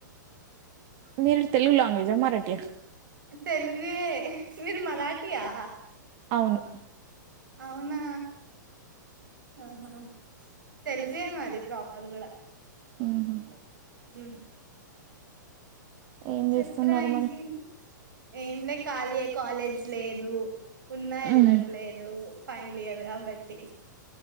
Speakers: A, on the right; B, on the right.
A: మీరు తెలుగు లాంగ్వేజ్ మరాఠీయా
B: తెలుగే మీరు మరాఠీ ఆ
A: అవును
B: అవునా ఆహా తెలుగే మాది ప్ర్రాపర్ కూడా
A: ఉమ్ హు
B: మ్
A: ఏం
B: చెప్రా
A: చేస్తున్నారు
B: ఇంకేంటి
A: మరి
B: ఏం లే ఖాళీయే కాలేజ్ లేదు ఉన్నా వెళ్ళట్లేదు
A: ఉహు.
B: ఫైనల్ ఇయర్ ద్ కాబట్టి